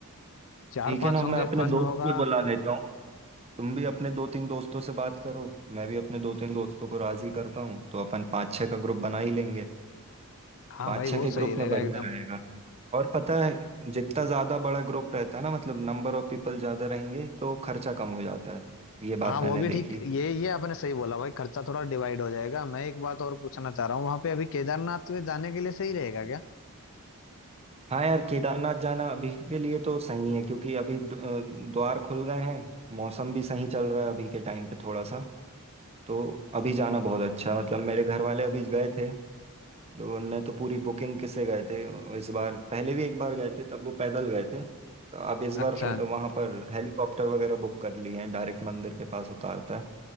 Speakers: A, on the left (about 60°); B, on the right (about 30°).
A: चार
B: ठीक
A: पांच
B: है ना
A: होंगे
B: मैं अपने
A: फन
B: दोस्त
A: होगा
B: को बुला लेता हूँ तुम भी अपने दो तीन दोस्तों से बात करो मैं भी अपने दो तीन दोस्तों को राजी करता हूँ तो अपन पाँच छः का ग्रुप बना ही लेंगे
A: हाँ
B: पाँच
A: भाई
B: छः
A: वो
B: के
A: सही
B: ग्रुप
A: रहेगा
B: में बढ़िया
A: एकदम
B: रहेगा और पता है जितना ज्यादा बड़ा ग्रुप रहता है ना मतलब नंबर ऑफ पीपल ज्यादा रहेंगे तो खर्चा कम हो जाता है ये
A: हाँ
B: बात
A: वो
B: मैंने
A: भी ठीक
B: देखी
A: ये ये आपने सही बोला भाई खर्चा थोड़ा डिवाइड हो जाएगा मैं एक बात और पूछना चाह रहा हूँ वहां पे अभी केदारनाथ में जाने के लिए सही रहेगा क्या
B: हाँ यार केदारनाथ जाना अभी के लिए तो सही है क्योंकि अभी द- अ, द्वार खुल गए हैं मौसम भी सही चल रहा है अभी के टाइम पे थोड़ा सा तो अभी जाना बहुत अच्छा है। मतलब मेरे घर वाले अभी गए थे तो उनने तो पूरी बुकिंग किसे गए थे इस बार पहले भी एक बार गए थे तब वो पैदल गए थे तो अब इस बार
A: अच्छा
B: फ्ल- वहाँ पर हेलीकॉप्टर वगैरह बुक कर लिए हैं डायरेक्ट मंदिर के पास उतारता है